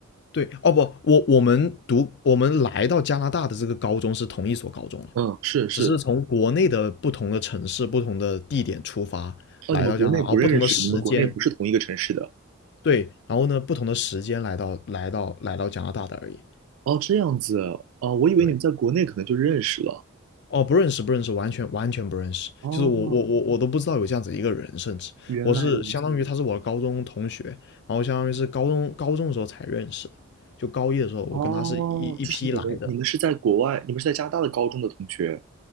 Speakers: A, on the left; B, on the right.
A: 对，哦不，我我们读我们来到加拿大的这个高中是同一所高中了，
B: 嗯，是是，
A: 只是从国内的不同的城市、不同的地点出发来到加拿大，
B: 哦，你们国内不认识，
A: 而不同的时间
B: 你们国内不是同一个城市的。
A: 对，然后呢，不同的时间来到来到来到加拿大的而已。
B: 哦，这样子，哦，我以为你们在国内可能就认识了。
A: 对，哦，不认识，不认识，完全完全不认识。
B: 哦，
A: 就是我我我我都不知道有这样子一个人，甚至我是相当于他是我的高中同学，
B: 原来如此。
A: 然后相当于是高中高中的时候才认识的，就高一的时候我跟他是一一批来的。
B: 哦，就是你们，你们是在国外，你们是在加拿大的高中的同学。